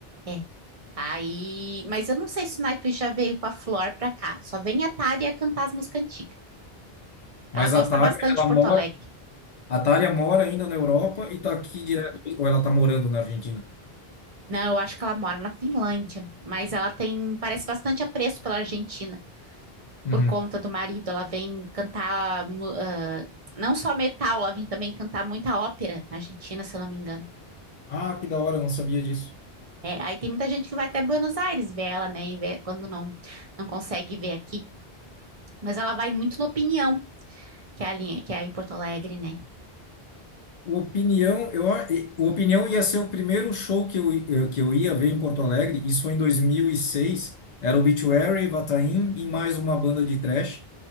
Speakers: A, on the right; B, on the left.
A: É. Aí, mas eu não sei se o Nightwish já veio com a Flor pra cá. Só vem a Tária cantar as músicas antigas.
B: Mas
A: Ela gosta
B: a Thalia,
A: bastante
B: ela
A: de Porto
B: mora,
A: Alegre.
B: a Thalia mora ainda na Europa e tá aqui direto, ou ela tá morando na Argentina?
A: Não, eu acho que ela mora na Finlândia, mas ela tem, parece bastante apreço pela Argentina,
B: Uhum.
A: por conta do marido. Ela vem cantar, mu- ah, não só metal, ela vem também cantar muita ópera na Argentina, se eu não me engano.
B: Ah, que da hora, eu não sabia disso.
A: É, aí tem muita gente que vai até Buenos Aires ver ela, né, e ver- quando não, não consegue ver aqui. Mas ela vai muito na Opinião, que é a linha, que é em Porto Alegre, né?
B: O Opinião, eu, a- e- o Opinião ia ser o primeiro show que eu, i- eh, que eu ia ver em Porto Alegre, isso foi em 2006, era Obituary, Vataim e mais uma banda de thrash.